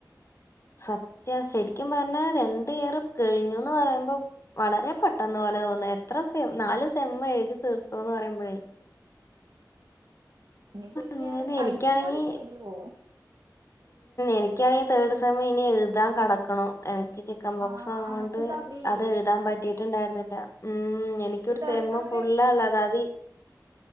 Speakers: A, on the left; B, on the right.
A: അത്യാവശ്യ ശരിക്കും പറഞ്ഞാ രണ്ട് ഇയർ കഴിഞ്ഞുന്ന് പറയുമ്പോ വളരെ പെട്ടെന്ന് പോലെ തോന്ന എത്ര സെ നാല് സെമ്മ് എഴുതി തീർത്തോന്ന് പറയുമ്പോഴേ
B: ഇനിപ്പോ
A: അങ്ങനെ
B: ഈ ആറ് അയിനീക്കാളും
A: എനിക്കാണെങ്കി
B: സ്പീഡിൽ പോവും
A: എനിക്കാണെിൽ തേർഡ് സെമം ഇനി എഴുതാൻ കടക്കണു എനിക്ക് ചിക്കൻബോക്സ
B: ആ
A: അവോണ്ട്
B: അണക്ക് സപ്ലി ഇല്ലേ
A: അത്എഴുതാൻ
B: ഇജ്ജ്
A: പറ്റീട്ടുണ്ടായിരുന്നില്ല ഉം എനിക്കരു
B: തേർഡ്
A: സെമം
B: സെമ്മില്
A: കൊള്ളല്ലാതാതി